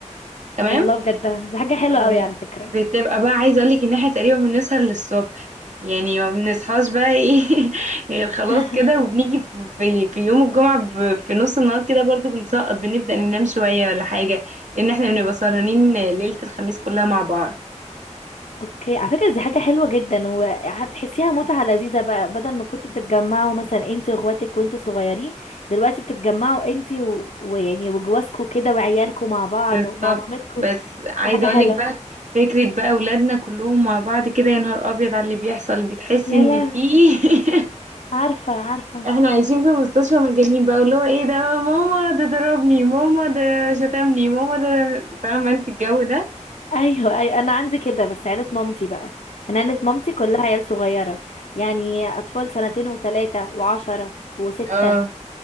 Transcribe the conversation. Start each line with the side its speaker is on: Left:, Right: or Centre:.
Right: تمام
Left: الله بجد ده دي حاجة حلوة
Right: اه
Left: قوي على فكرة
Right: بتبقى بقى عايزه اقول لك ان احنا تقريبا بنسهر للصبح يعني ما بنصحاش بقى ايه <laughs> غير خلاص
Left: <laughs>
Right: كده وبنيجي في في في يوم الجمعه ب- في نص النهار كده برضو بنسقط بنبدا ننام شويه ولا حاجه لان احنا بنبقى سهرانين ليله الخميس كلها مع بعض
Left: اوكي على فكره دي حاجه حلوه جدا وهتحسيها متعه لذيذه بقى بدل ما كنتوا بتتجمعوا مثلا انت واخواتك وانتوا صغيرين دلوقتي بتتجمعوا انت و... ويعني وجوازكوا كده وعيالكوا مع بعض
Right: بالظبط
Left: ومع مامتكوا
Right: بس عايزه
Left: دي حاجه
Right: اقول
Left: حلوه
Right: لك بقى فكره بقى اولادنا كلهم مع بعض كده يا نهار ابيض على اللي بيحصل بتحس
Left: يا
Right: ان
Left: لا
Right: في <laughs>
Left: عارفه عارفه
Right: احنا عايشين في مستشفى مجانين بقى اللي هو ايه ده ماما ده ضربني ماما ده شتمني ماما ده فاهمه انت الجو ده
Left: ايوه ايوه انا عندي كده بس عيله مامتي بقى انا عيله مامتي كلها عيال صغيره يعني اطفال سنتين وثلاثه وعشرة وستة
Right: اه